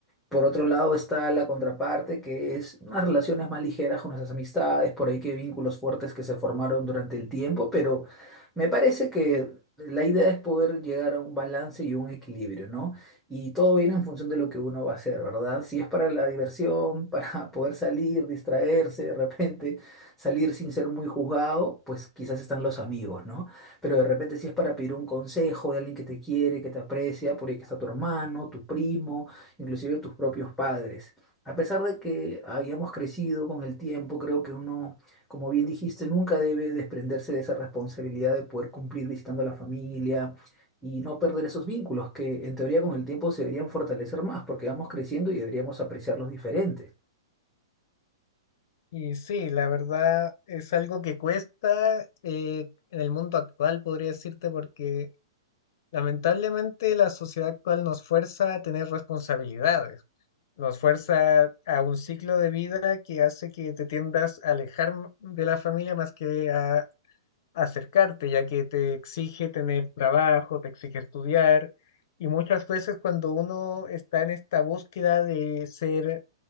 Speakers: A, in the centre; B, on the left.
A: Por otro lado está la contraparte, que es unas relaciones más ligeras con nuestras amistades, por ahí que vínculos fuertes que se formaron durante el tiempo, pero me parece que la idea es poder llegar a un balance y un equilibrio, ¿no? Y todo viene en función de lo que uno va a hacer, ¿verdad? Si es para la diversión, para <laughs> poder salir, distraerse de repente, salir sin ser muy juzgado, pues quizás están los amigos, ¿no? Pero de repente si es para pedir un consejo de alguien que te quiere, que te aprecia, por ahí que está tu hermano, tu primo inclusive tus propios padres. A pesar de que hayamos crecido con el tiempo, creo que uno, como bien dijiste, nunca debe desprenderse de esa responsabilidad de poder cumplir visitando a la familia y no perder esos vínculos que en teoría con el tiempo se deberían fortalecer más porque vamos creciendo y deberíamos apreciarlos diferente.
B: Y sí, la verdad es algo que cuesta eh, en el mundo actual, podría decirte, porque lamentablemente la sociedad actual nos fuerza a tener responsabilidades, nos fuerza a un ciclo de vida que hace que te tiendas a alejar m- de la familia más que a acercarte, ya que te exige tener trabajo, te exige estudiar, y muchas veces cuando uno está en esta búsqueda de ser